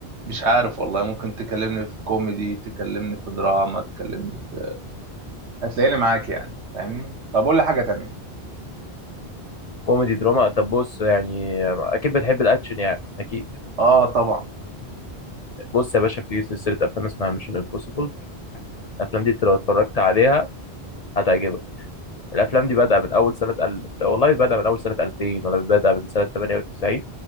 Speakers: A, on the right; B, on the left.
A: مش عارف والله ممكن تكلمني في كوميدي تكلمني في دراما تكلمني في هتلاقيني معاك يعني فاهمني طب قول لي حاجة تانية
B: كوميدي دراما طب بص يعني اكيد بتحب الاكشن يعني اكيد
A: اه طبعا
B: بص يا باشا في سلسله افلام اسمها ميشن امبوسيبل الافلام دي انت لو اتفرجت عليها هتعجبك الافلام دي بادئه من اول سنه ال... والله بادئه من اول سنه 2000 ولا بادئه من سنه 98